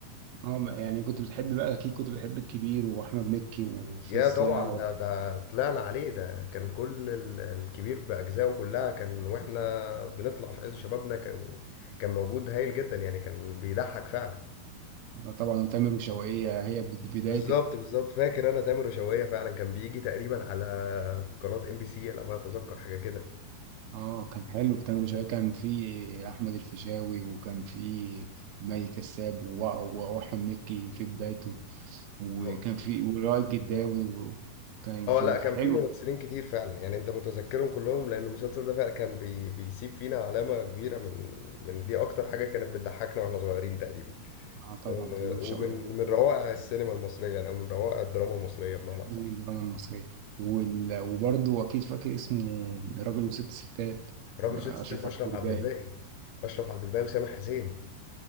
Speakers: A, on the right; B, on the left.
A: اه بقى يعني كنت بتحب بقى اكيد كنت بتحب الكبير واحمد مكي وفزاع
B: يا طبعا ده ده طلعنا عليه ده كان كل ال- الكبير بأجزائه كلها كان واحنا بنطلع في عز شبابنا كان كان موجود هايل جدا يعني كان بيضحك فعلا
A: و- طبعا وتامر وشوقية هي بد- بداية
B: بالظبط بالظبط فاكر انا تامر وشوقية فعلا كان بيجي تقريبا على قناة ام بي سي على ما اتذكر حاجة كده
A: اه كان حلو تامر وشقيقة كان في احمد الفيشاوي وكان في مي كساب و- و- واحمد مكي في بدايته وكان
B: هو-
A: في ولائد جداوي وكان
B: اه
A: كان
B: لا كان
A: حلو
B: في ممثلين كتير فعلا يعني انت متذكرهم كلهم لان المسلسل ده فعلا كان بي بيسيب فينا علامة كبيرة من من دي اكتر حاجة كانت بتضحكنا واحنا صغيرين تقريبا
A: اه طبعا
B: آه،
A: تامر وشقيقة
B: ومن من
A: كان
B: روائع السينما المصريه يعني او من روائع الدراما المصريه بمعنى
A: حلو
B: اصح
A: من الدراما المصرية وال- وبرضه اكيد فاكر اسمه راجل وست ستات
B: راجل
A: اشرف
B: ست ستات اشرف
A: عبد الباقي
B: عبد الباقي اشرف عبد الباقي وسامح حسين